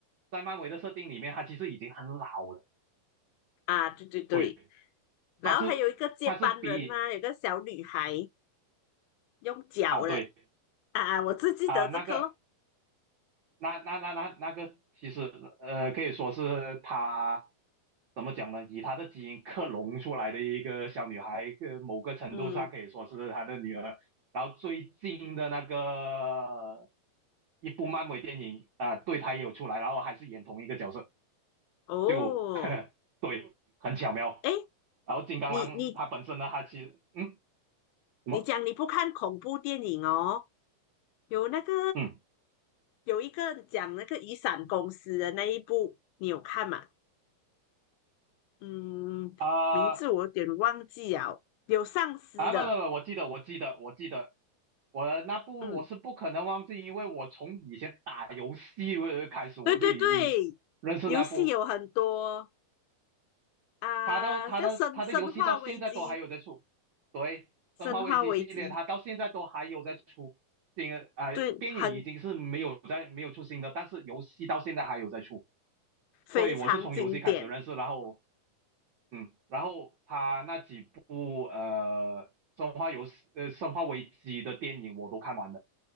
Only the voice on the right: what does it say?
在漫威的设定里面，他其实已经很老了。
对，
他是他是比
啊对
啊那个。那那那那那个其实呃可以说是她怎么讲呢？以她的基因克隆出来的一个小女孩，呃，某个程度上可以说是她的女儿。
然后最近的那个一部漫威电影啊、对她也有出来，然后还是演同一个角色，
就 <laughs> 对，很巧妙。
然后金刚狼它本身呢，
它其实嗯什么
嗯
啊。
啊，不不不，我记得，我记得，我记得，我的那部我是不可能忘记，
因为我从以前打游戏呃开始，我就已经认识那部，
他到他的他的游戏到现在都还有在出，
对，
《生化危机》系列，他到现在都还有在出新的，呃，
电影已经是没有在没有出新的，
但是游戏到现在还有在出，
所以我是从游戏开始认识，然后嗯，然后他那几部呃《生化游戏》呃《生化危机》的电影我都看完了。